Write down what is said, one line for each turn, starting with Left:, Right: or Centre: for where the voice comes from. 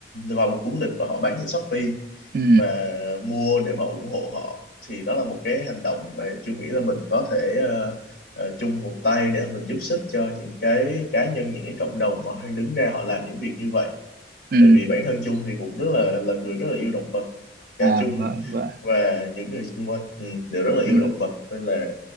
Left: vào một cuốn lịch và họ bán trên Shopee
Right: ừ
Left: và mua để mà ủng hộ họ thì đó là một cái hành động mà chung nghĩ là mình có thể ờ, ờ, chung một tay để mà mình giúp sức cho những cái cá nhân những cái cộng đồng mà họ đang đứng ra họ làm những việc như vậy
Right: ừ
Left: tại vì bản thân chung thì cũng rất là là người rất là yêu động vật cả
Right: à
Left: chung
Right: vâng, vâng.
Left: và những người xung quanh ừ, đều rất là yêu
Right: ừ,
Left: động vật nên là